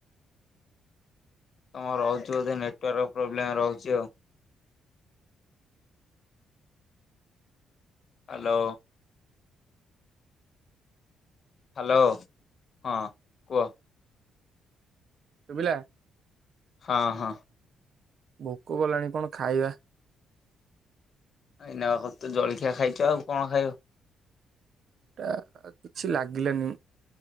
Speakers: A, on the left (about 55°); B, on the right (about 60°).
A: ତମ ରହୁଚି ବୋଧେ ନେଟୱାର୍କ ପ୍ରୋବ୍ଲେମ ରହୁଛି ଆଉ। ହାଲୋ। ହାଲୋ ହଁ କୁହ।
B: ଶୁବିଲା।
A: ହଁ ହଁ।
B: ଭୋକ କଲାଣି କଣ ଖାଇବା।
A: ଏଇ ନେବା <unintelligible> ତୁ ଜଳଖିଆ ଖାଇଛ ଆଉ କଣ ଖାଇବ?
B: ଟା କିଛି ଲାଗିଲନି।